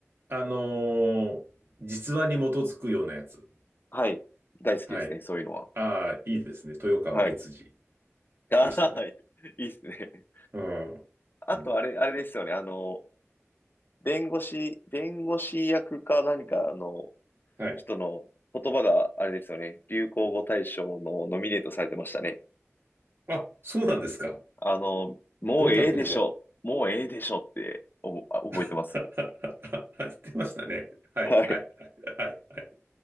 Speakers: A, on the right; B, on the left.
A: あのー実話に基づくようなやつ。
B: はい、大好きですね、
A: はい。
B: そういうのは。
A: ああ、いいですね。豊川悦司
B: はい。あーはい。
A: でしたね。
B: いいですね。<laughs>
A: うん。
B: あと、
A: うん。
B: あれ、あれですよね。あの、弁護士、弁護士役か何かの
A: はい。
B: 人の言葉が、あれですよね。流行語大賞のノミネートされてましたね。
A: あ、そうなんですか。
B: あの、もうええでしょ。
A: どんな言葉を
B: もうええでしょって、おぼ、あ覚えてます。
A: <laughs> 言ってましたね。はい、
B: はい。
A: はい、はい、はい。はい